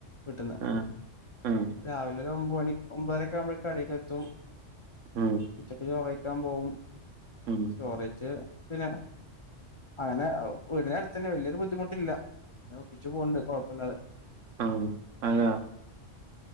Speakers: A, on the left; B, on the right.
A: വീട്ടിന്ന്
B: ആ ആ
A: രാവിലെ ഒരു ഒമ്പ മണി ഒമ്പതരക്കെ ആവുമ്പോ കടേക്കെത്തും
B: ഉം
A: ഉച്ചക്ക് ചോറയ്ക്കാൻ പോവും
B: ഉം
A: ചോറയ്ച്ച് പിന്നെ അങ്ങനെ വീടിനടുത്തന്നെ വലിയൊരു ബുദ്ധിമുട്ടില്ല ഇങ്ങനെ ഒപ്പിച്ചു പോകണ്ട് കുഴപ്പല്ലാതെ
B: ആഹ് അതാ